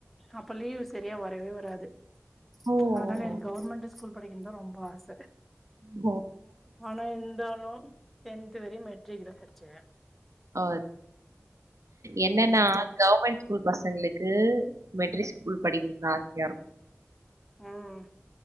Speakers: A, in the centre; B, on the right.
A: அப்ப லீவு சரியா வரவே வராது
B: ஓ! ஓ!
A: அதுனால
B: ஓ.
A: எனக் கவர்மண்ட்டு ஸ்கூல் படிக்கனுனு ரொம் ப ஆச
B: ஓ!
A: ஆனா இருந்தாலு டென்த் வரயு மெட்ரிக் தா படுச்சே
B: ஆ
A: ம்
B: என்னன்னா கவர்மண்ட் ஸ்கூல் பசங்களுக்கு மெட்ரிக் ஸ்கூல் படிக்கணுனுதா ஆசையா இருக்
A: ம்